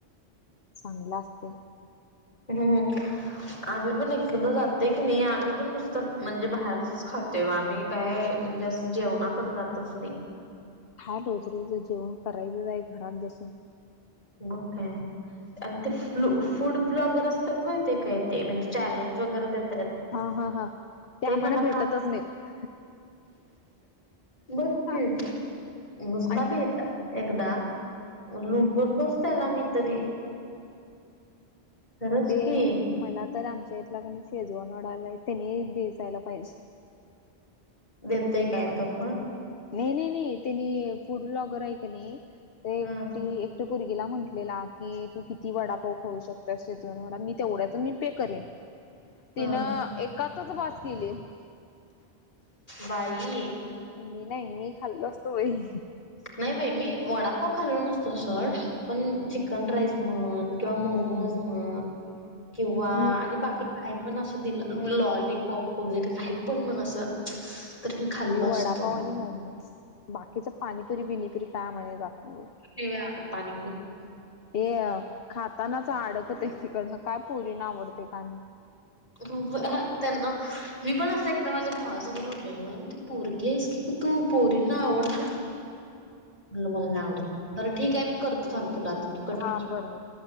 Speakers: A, on the left; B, on the left.
A: चांगलं असते
B: हम्म आम्ही पण कुड जातोय की नाही आम्ही पण नुसतं म्हणजे बाहेरचच खात तेव्हा आम्ही काय जास्त जेवणाकडे जातच नाही
A: काय रोज रोज च जेवण करायचच आहे घरात बसून
B: मग काय, आणि ते फ्लू फूड ब्लॉगर असतात माहितेय काय, ते म्हणजे चॅलेंज वगैरे देत
A: हा हा हा
B: ते
A: आम्हाला
B: मला
A: भेटतच
B: काम,
A: नाहीत
B: बघ की
A: हा
B: नुसता
A: आणि
B: भेट एकदा लुटतोच त्याला मी तरी खरंच
A: ते
B: की
A: मला तर आमच्या इथला का नई शेजवान वाढालाय त्यांनी दि जायला पाहिजे
B: देतोय
A: त्याचं
B: काय तो पण
A: नाही नाही नाही त्यांनी फूड ब्लॉगर ऐ का नाही ते
B: हा
A: एकटी पोरगीला म्हटलेला की तू किती वडा पाव खाऊ शकते शेजवान वडा मी तेवढ्याच मी पे करेन तिनं
B: हा
A: एकातच बास केली
B: बाई
A: मी नाही मी खाल्लो असतो बाई
B: नाही बाई मी वडापाव खाल्लो नसतो सर पण चिकन राईस म्हणं. किंवा
A: हम्म
B: मोमोज म्हणं किंवा
A: मी
B: आणि बाकी - काय पण असं दिलं लॉलीपॉप वगैरे काही पण पण असं. तर खाल्लो
A: मी वडापाव
B: असतो
A: आणि मॉमज बाकीच पाणीपुरी बिनीपुरी काय म्हणा जात नाही.
B: पिवळ्या हातानी पुरी -
A: ते खातानाचं अडकत्या तिकडं काय पोरीना आवडते का नाही.
B: त्यांना मी पण असं एकदा माझ्या भावासमोर उोललेलं मला म्हणते पोरगी आहेस की की तू. पोरीना आवडतं कि मला नाही आवडत बरं ठीक आहे मी करतो थांब तुला आता. तू कट
A: हा
B: कर
A: बरोबर.